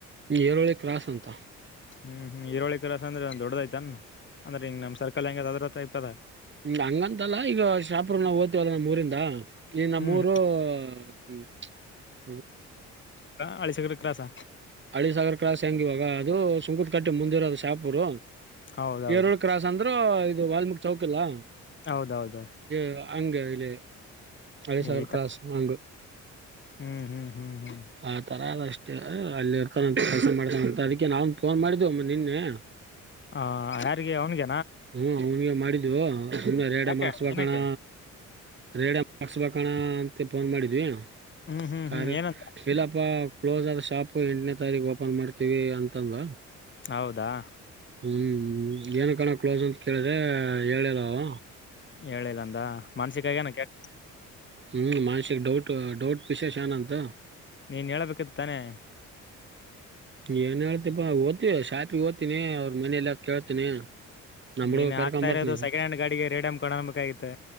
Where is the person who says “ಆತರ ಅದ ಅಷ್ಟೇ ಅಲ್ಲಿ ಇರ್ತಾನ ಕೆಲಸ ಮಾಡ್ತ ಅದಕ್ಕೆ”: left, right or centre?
Right